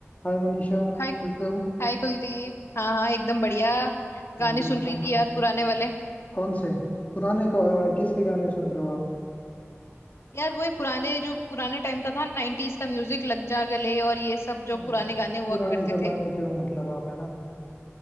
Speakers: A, on the left; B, on the left.
A: हाय मनीषा
B: हाय
A: कैसे हो
B: Hi Kuldeep हाँ हाँ एकदम बढ़िया गाने
A: मैं भी
B: सुन
A: एकदम
B: रही थी
A: मस्त
B: यार पुराने वाले
A: कौन से पुराने को, अ, किसके गाने सुन रहे हो आप
B: यार वो पुराने जो पुराने टाइम का था नाइनटीज का म्यूजिक लग जा गले और ये सब जो
A: ओ,
B: पुराने गाने हुआ
A: पुराने
B: करते
A: जमाने
B: थे
A: के हो मतलब आप है ना